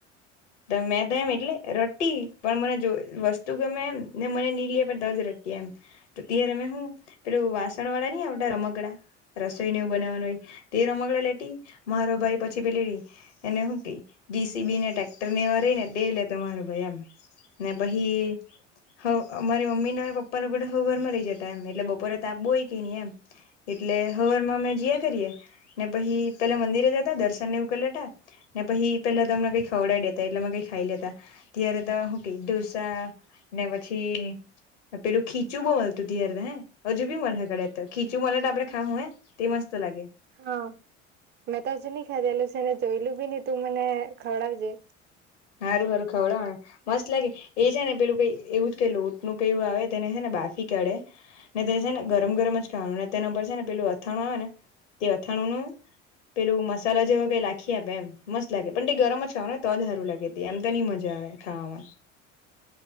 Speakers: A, on the left; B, on the right.
A: તો મેં તો એમ એટલે રટી પણ મને જો <unintelligible> વસ્તુ તું ગમે એમ ને મને ની લીય આપે તજ રટી એમ તો ત્યારે મે હું પેલું વાસણ વાળા ની આવતા રમકડાં રસોઈ ને એવું બનાવવાનું હોય તે રમકડા લેટી મારો ભાઈ પછી પેલીલએને હું કેય ડીસીબી <unintelligible> ને ટ્રેક્ટર નેવા રેય ને તે લેતો મારો ભાઈ એમ ને પહિ હ અમારી મમ્મી ને પપ્પાને હવારમાં લઈ જતા એમ એટલે બપોરે તાપ બો ઓય કે ની એમ એટલે હવારમાં મેમે જીયા કરીએે ને પછી પેલા મંદિરે જતા દર્શન ને કરી લેતા ને પછી પેલા તમને કઈ ખવડઈ દેતા એટલે અમે કઈ ખાઈ લેતા ત્યારે તો હું કેય ઢોસા ને પછી પેલું ખીચું બહુ મળતું ત્યારે તો હે. હજુ બી મળશે તો ખીચું મળે તો આપડે ખાવું હે તે મસ્ત તો લાગે.
B: હા. એ તો હજુ નઈ ખાધેલું સેને એ જોયલુ બીની તું મને ખવડાવજે.
A: સારું સારું ખવડાવાને. મસ્ત લાગે એ છે ને પેલું કઈ એવું જ ક લોટ નું કેવુ આવે તેને છે ને કાફી કાઢે ને તે છે ને ગરમ ગરમ જ ખાવાનું ને તેના ઉપર છે ને પેલું અથાણું આવે ને તે અથાણું નું પેલું મસાલા જેવા કે લખી આપે એમ મસ્ત લાગે પણ તે ગરમ જ ખાવ ને તો જ હારું લાગે એમ તો ની મજા આવે ખાવામાં